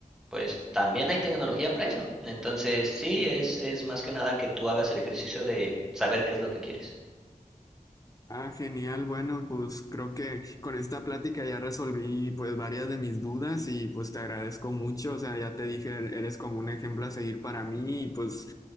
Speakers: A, in the centre; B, on the left.
A: pues también hay tecnología para eso. Entonces, sí, es, es más que nada que tú hagas el ejercicio de saber qué es lo que quieres.
B: Ah, genial. Bueno, pues creo que con esta plática ya resolví pues varias de mis dudas y pues te agradezco mucho. O sea, ya te dije, eres como un ejemplo a seguir para mí y pues